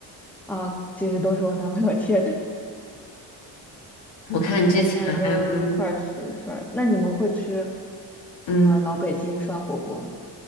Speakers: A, in the centre; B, on the left (about 70°).
A: 啊。其实都是我男朋友切的，<laughs>
B: 我看之前还有嗯
A: 我们两个一块儿吃涮肉。那你们会吃什么老北京涮火锅吗？
B: 嗯